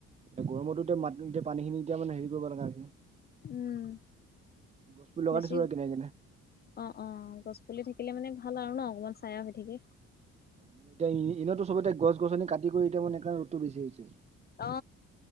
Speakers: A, on the right; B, on the left.
A: এ গৰমটোতে মাত এতিয়া পানী খিনি এতিয়া মানে হেৰি কৰিব লগা হৈছে।
B: উম
A: গছপুলি লগাই
B: বেছি
A: দিছো আৰু কিনাৰে কিনাৰে।
B: অ অ গছ পুলি থাকিলে মানে ভাল আৰু ন অকমান চাইয়া হৈ থাকে।
A: মানে এতিয়া ইনতো চবেতিয়া গছনি কাটি কৰি এতিয়া মানে বেছি হৈছে।
B: অ